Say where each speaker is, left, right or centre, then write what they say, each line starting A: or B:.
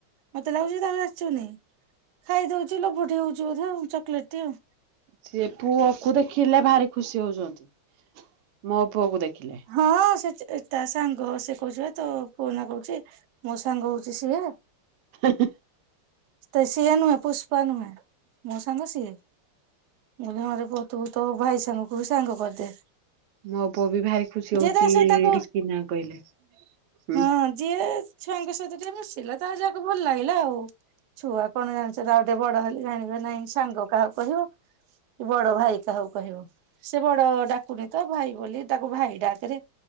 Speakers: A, on the right; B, on the right.
A: ମତେ ଲାଗୁଛି ତାକୁ ଯାଚୁନି। ଖାଇଦଉଛି ଲୋଭଟି ହଉଛି ବଧେ ଚକୋଲେଟଟି ଆଉ।
B: ସିଏ ପୁଅକୁ ଦେଖିଲେ ଭାରି ଖୁସି ହଉଛନ୍ତି। ମୋ ପୁଅକୁ ଦେଖିଲେ।
A: ହଁ ସେ ତା ସାଙ୍ଗ ସେ କହୁଛି ତ ପୁଅନା କହୁଛି ମୋ ସାଙ୍ଗ ହଉଛି ସିଏ।
B: ହଁ।
A: ତ ସିଏ ନୁହେଁ ପୁଷ୍ପା ନୁହେଁ ମୋ ସାଙ୍ଗ ସିଏ। ବ ହଁରେ ପୋତୁ ତ ଭାଇ ସାଙ୍ଗକୁ ବି ସାଙ୍ଗ କରିଦେ।
B: ମୋ ପୁଅ ବି ଭାରି ଖୁସି
A: ଯିଏ
B: ହଉଛି
A: ତା ସହିତ ତାକୁ
B: ରିକି ନା କହିଲେ। ହୁଁ
A: ହଁ ଯିଏ ଛୁଆଙ୍କ ସହିତ ଟିକେ ମିଶିଲା ତା ଯାକ ଭଲ ଲାଗିଲା ଆଉ। ଛୁଆ କଣ ଜାଣିଛଉ ଗୋଟେ ବଡ ହେଲେ ଜାଣିବେ ନାଇଁ ସାଙ୍ଗ କାହାକୁ କହାଯିବ କି ବଡ ଭାଇ ଯାହାହଉ କହିବ ସେ ବଡ ଡା ରଖନି ତ ଭାଇ ବୋଲି ତାକୁ ଭାଇ ଡାକରେ